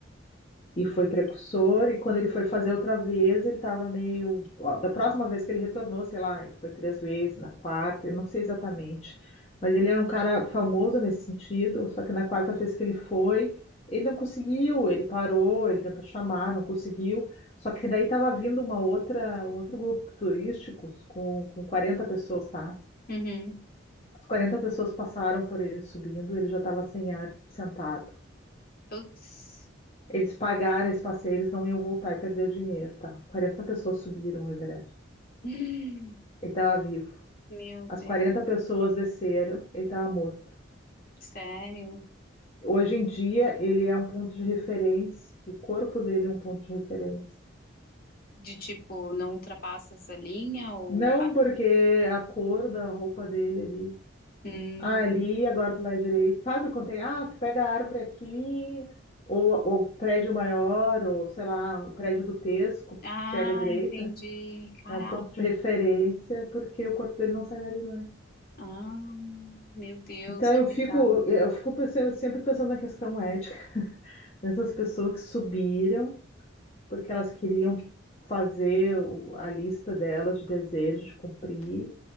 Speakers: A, on the left; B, on the left.
A: e foi precursor. E quando ele foi fazer outra vez, ele estava meio. ó, Da próxima vez que ele retornou, sei lá, ele foi três vezes, na quarta, eu não sei exatamente. Mas ele era um cara famoso nesse sentido, só que na quarta vez que ele foi, ele não conseguiu, ele parou, ele tentou chamar, não conseguiu. Só que daí estava vindo uma outra, um outro grupo turístico com, com 40 pessoas, tá?
B: uhum.
A: As 40 pessoas passaram por ele subindo, ele já estava sem ar, sentado.
B: Putz.
A: Eles pagaram esse passeio, eles não iam voltar e perder o dinheiro, tá? 40 pessoas subiram o Everest.
B: <sighs>
A: Ele estava vivo.
B: Meu
A: As
B: Deus,
A: 40 pessoas desceram, ele estava morto.
B: sério?
A: Hoje em dia, ele é um ponto de referência, o corpo dele é um ponto de referência.
B: De tipo, não ultrapassa essa linha ou.
A: Não
B: Ah,
A: porque a cor da roupa dele ali.
B: hum.
A: Ah, ali, agora do lado direito. Sabe quando tem, ah, tu pega a árvore aqui, ou ou o prédio maior, ou sei lá, o prédio do Tesco,
B: Ah,
A: pega a direita.
B: entendi. Caraca.
A: É um ponto de referência porque o corpo dele não sai dali mais.
B: Ah, meu Deus,
A: Então
B: que
A: eu
B: bizarro.
A: fico, eu fico pensando- sempre pensando na questão ética dessas pessoas que subiram porque elas queriam fazer o- a lista delas de desejos de cumprir.